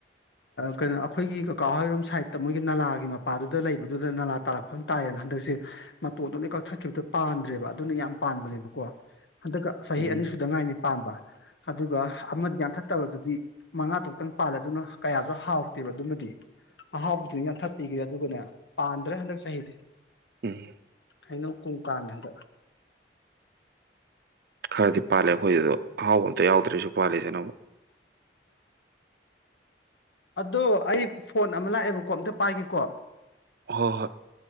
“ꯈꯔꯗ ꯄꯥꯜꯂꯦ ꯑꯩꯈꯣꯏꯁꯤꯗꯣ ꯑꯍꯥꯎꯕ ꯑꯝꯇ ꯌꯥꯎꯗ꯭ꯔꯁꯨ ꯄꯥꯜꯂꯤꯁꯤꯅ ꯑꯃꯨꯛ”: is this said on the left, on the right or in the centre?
Right